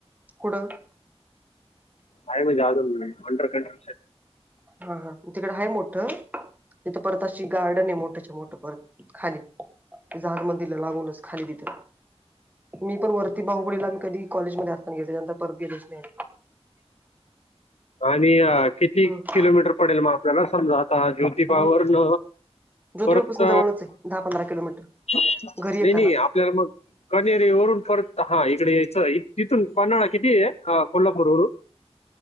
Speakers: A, on the right (about 15°); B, on the left (about 75°).
A: कुठं?
B: काय मजा <unintelligible> वंडर कंट
A: हां हां तिकडं आहे मोठं, तिथं परत अशी गार्डन आहे मोठ्याची मोठं परत. खाली जहाज मंदिला लागूनच खाली तिथ. मी पण वरती बाहुबडीला मी कधी कॉलेजमध्ये असतानाे त्याच्यानंतर परत गेलेच नाही.
B: आणि किती
A: हम्म
B: किलोमीटर पडेल मग आपल्याला समजा आता जो तिपावरण
A: हम्म ज्योतिबापासून
B: परत
A: जवळच आहे दहा पंधरा किलोमीटर
B: नाही
A: घरी येताना
B: नाही आपल्याला मग. कनेरी वरून परत हा इकडे यायचं तिथून पन्हाळा किती? आहे ह कोल्हापूर वरून